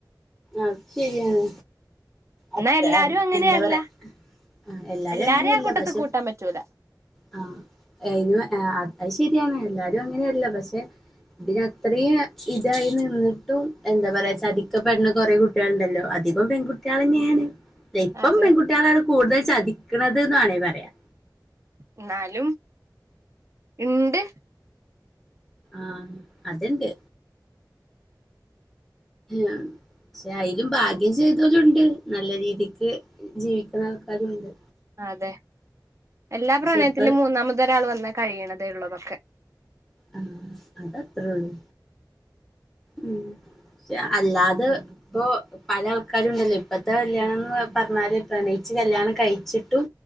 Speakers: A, in the centre; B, on the right.
A: അത് ശരിയാണ് അത്ര
B: എന്നാ എല്ലാരും അങ്ങനെയല്ല
A: എന്താ പറയാ ആ എല്ലാരും
B: എല്ലാരേം
A: അങ്ങനെയല്ല
B: ആ കൂട്ടത്തിൽ
A: പക്ഷെ
B: കൂട്ടാൻ പറ്റൂല
A: ആ ഏഹ് അത് ശരിയാണ് എല്ലാരും അങ്ങനെയല്ല പക്ഷെ ഇതിന് അത്രയും ഇതായി നിന്നിട്ടും എന്താ പറയാ ചതിക്കപ്പെടണ കുറെ കുട്ടികളുണ്ടല്ലോ അധികോം പെൺകുട്ടികൾ തന്നെയാണ് ല്ല ഇപ്പം
B: അതെ
A: പെൺകുട്ടികളാ കൂടുതൽ ചതിക്കുന്നത്ന്ന്ാണേ പറയാം
B: എന്നാലും ഉണ്ട്
A: ആഹ അതണ്ട് ആ പക്ഷെ അതിലും ഭാഗ്യം ചെയ്തോലുംുണ്ട് നല്ല രീതിക്ക് ജീവിക്കുന്ന ആൾക്കാരുുംണ്ട്
B: അതെ എല്ലാ
A: പക്ഷെ
B: പ്രണയത്തിലും
A: ഇപ്പ
B: മൂന്നാമത ഒരാൾ വന്നാ കഴിയണതേ ഉള്ളതൊക്കെ
A: ആഹ അതത്രേ ഉള്ളു ഉ പെ അല്ലാതെ ഇപ്പൊ പല ആൾക്കാരും ഇണ്ടല്ലോ ഇപ്പത്തെ കല്യാണം എന്ന് പറഞ്ഞാല് പ്രണയിച്ച് കല്യാണം കഴിച്ചിട്ടും